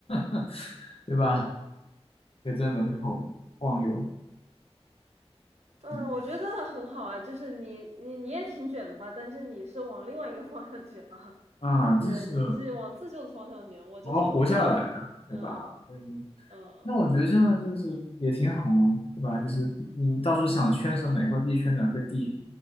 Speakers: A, on the left (about 60°); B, on the right (about 90°).
A: <laughs> 对吧？可以在门口晃悠，
B: 嗯。嗯，
A: 嗯
B: 我觉得很好啊，就是你你你也挺卷的吧，但是你是往另外一个方向卷啊，
A: 啊，
B: 就是你是往自救的方向卷，
A: 这是
B: 我就是往
A: 我要活下来啊，对吧？
B: 嗯
A: 就是，
B: 嗯
A: 那我觉得这样就是也挺好嘛，对吧？就是你到时候想圈上哪块地圈哪块地，